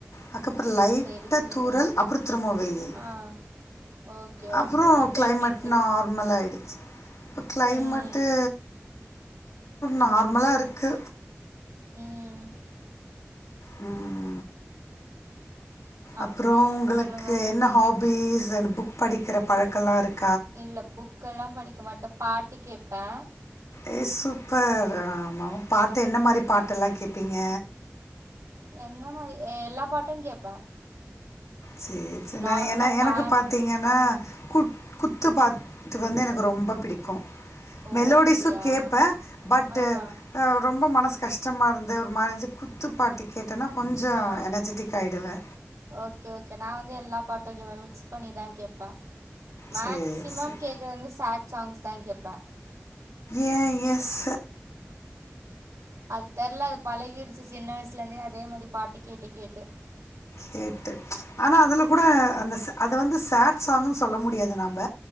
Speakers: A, on the left; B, on the right.
A: அதுக்கப்புற லைட்டா
B: சேரி சேரி
A: தூறல் அப்புற திரும்ம வெயில்
B: ஆ ஓகே
A: அப்புறோ
B: ஓகே இப்ப
A: கிளைமேட்
B: எப்டி இருக்கு
A: நார்மல ஆயிடுச்சு இப்ப கிளைமெட்டு்
B: ம்
A: நார்மலா இருக்கு
B: ம்
A: ம்
B: அப்றம்
A: அப்புறோ உங்களுக்கு
B: சொல்லுங்க
A: என்ன ஹாபிஸ் புக் படிக்கிற பழக்க எல்லா இருக்
B: இல்ல புக்கெல்லா படிக்க மாட்டே பாட்டு கேப்பே
A: ஏ சூப்பர் ஆமா பாட்டு என்ன மாரி பாட்டெல்லா கேப்பீங்க
B: என்ன மாரி எல்லா பாட்டு கேப்பே
A: சேர் சேர்
B: நார்மலா
A: நா என எனக்கு
B: பாட்
A: பாத்தீங்கன்னா
B: ஆ
A: குத் குத்து பாத் டு வந்து எனக்கு ரொம்ப பிடிக்கு
B: ஓ
A: மெலோடிஸு
B: அப்டியா
A: கேட்பே பட்டு
B: ஆ
A: அ ரொம்ப மனது கஷ்டமா இருந்து ஒரு மாரஞ்சு குத் குத்துப்பாட்டு கேட்டேன்னா கொஞ்சோ
B: ஆ
A: எனர்ஜட்டிக் ஆயிடுவே
B: ஓகே ஓகே நா வந்து எல்லா பாட்டையு மிக்ஸ் பண்ணிதா கேப்பே மேக்ஸிமம்
A: சரி சரி
B: கேக்குறது வந்து சேட் சாங்ஸ்தா கேப்பே
A: ஏ ஏ ச
B: அது தெர்ல அது பழகிருச்சு சின்ன வயசுலேருந்தே அதே மாதிரி பாட்டு கேட்டு கேட்டு
A: கேட்டு ஆனா அதுல கூட அந்த ச அது வந்து சேட் சாங்க்ன்னு சொல்ல முடியாதுங்க நம்ப